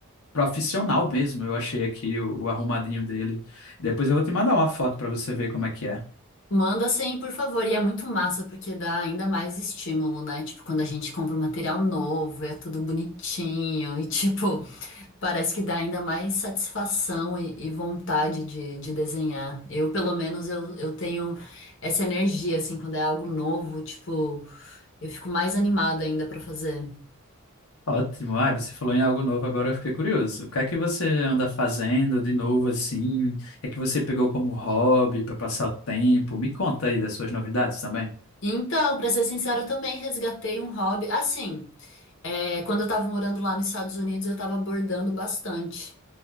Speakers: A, on the left; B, on the left.
A: profissional mesmo. Eu achei aqui o, o arrumadinho dele. Depois eu vou te mandar uma foto para você ver como é que é.
B: Manda sem, por favor. E é muito massa porque dá ainda mais estímulo, né? Tipo, quando a gente compra um material novo, é tudo bonitinho e tipo, <laughs> parece que dá ainda mais satisfação e, e vontade de, de desenhar. Eu, pelo menos, eu, eu tenho essa energia, assim, quando é algo novo, tipo, eu fico mais animada ainda pra fazer.
A: Ótimo. Ai, você falou em algo novo, agora eu fiquei curioso. O que é que você anda fazendo de novo assim? O que é que você pegou como hobby para passar o tempo? Me conta aí das suas novidades também.
B: Então, pra ser sincero, eu também resgatei um hobby. Assim. É, quando eu estava morando lá nos Estados Unidos, eu estava bordando bastante.